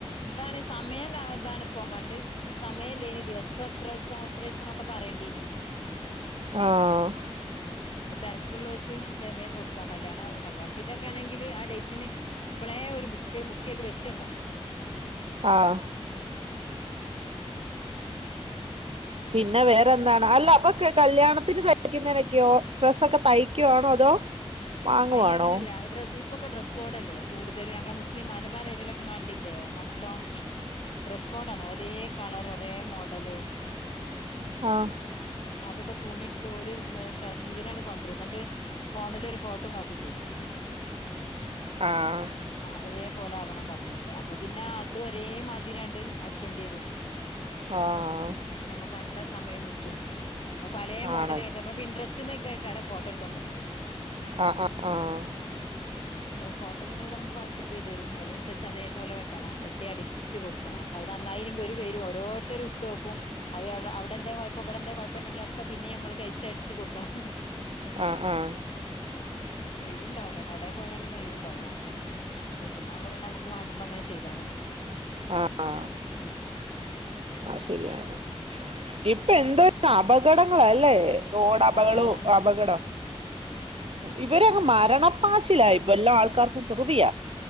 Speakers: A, on the left (about 55°); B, on the right (about 60°).
A: ഇതാണ് സമയംല്ല ഇതാണ് പോം പണ്ട് സമയല്ലേ നി ദിവസം എത്രോത്സവം എത്ര ഈസം എന്നൊക്കെ പറയേണ്ടേനി
B: ആഹ്
A: ഉം ഇപ്പൊ തരക്കുള്ളോ ൽക്ക് വേ വേ കൊടുക്കാ കല്യാണ കല്യാണത്തിന്റോ ക്കെണങ്കില് ആ ഡൈറ്റിന് ഇപ്പളേ ഒരു ബുക്ക് ബുക്കയ്ത് വെച്ച് ണ്ടാവും
B: ആഹ്
A: ഉം
B: പിന്നെ വേറെന്താണ് അല്ല അപ്പൊ കല്യാണത്തിന് തയ്ക്കുന്നതിനൊക്കെയോ ഡ്രസ്സ ഒക്കെ തയ് തയ്ക്യാണോ അതോ വാങ്ങുവാണോ
A: അയിന് അങ്ങനല്ല ഡ്രസ് ഇപ്പൊക്കെ ഡ്രസ് കോഡ അല്ലേ കൂടുതല് ഞങ്ങള് മുസ്ലിം മലബാർ ഏരി യിലൊക്കെ കണ്ടില്ലേ മൊത്തം ഡ്രസ് കോഡ ആണ് ഒരേ കളർ ഒരേ മോഡല്
B: ആഹ്
A: അതൊക്കെ തുണി എടുത്ത് ഓല് എന്താ ശീലണ്ട് കൊണ്ടരും എന്നിട്ട് ഫോണിൽഒരു ഫോട്ടോ ഫോട്ടോ കാട്ടി തരും
B: ആഹ
A: ആ ഒരേ പോലെ ആവണം പറഞ്ഞാട്ട് അപ്പൊ പിന്നെ അത് ഒരേ മാതിരിയാണ്ട് അട്ച്ചണ്ടിരും
B: ആഹ
A: അയ്ന് നമ്മക്ക് നല്ല സമയം പുടിച്ചും അഹ് പലേ മോഡൽ
B: ആണ്
A: വെച്ച പ്പൊ പിന്ട്രെസ്റ്റന്നെക്കെക്കാരം ഫോട്ടോ എടുത്തു കൊണ്ടരൽ
B: ആഹ ആഹ ആഹ്
A: ഉം ഫോട്ടോ പിന്നെ ഓല് നമ്മക്ക് വാട്സആപ്പ് ചെയ്തു തരും അയി നനുസരിച്ച് അതേപോലെ വെട്ടണം വെട്ടിഅടി ച്ച് കൊടുക്കണം അത് നന്നായില്ലെങ്കിൽ ഓര് വരും ഓരോരുത്തരും ഇട്ടോക്കും അഹ് അവി അവിടെ എന്തേ കുഴപ്പം ഇവിടെന്തേ കുഴപ്പം ഉണ്ടങ്കി ഒക്കെ പിന്നെ നമ്മള് കഴിച്ച് അടിച്ച് കൊടുക്കണം
B: ആഹ് ആഹ്
A: ഒഴിവുണ്ടാവുല കടേ പോയാ പിന്നെ ഒഴിവുണ്ടാവുല്ല വീട്ടീന്നാകുമ്പോ പിന്നെ നമുക്ക് നമുക്ക് വാണ്ടുമ്പോ അങ്ങനെ ചെയ്താ മതി
B: ആ അ
A: ഉം
B: അയ് ശരിയാണ് ഇപ്പൊ എന്തൊരു അപകടങ്ങളല്ലേ റോഡ് അപകളും
A: ആഹ്
B: അപകടം
A: <unintelligible>
B: ഇവരങ്ങ് മരണപ്പാച്ചില ഇപ്പ എല്ലാ ആൾക്കാർക്കും ദിർതിയ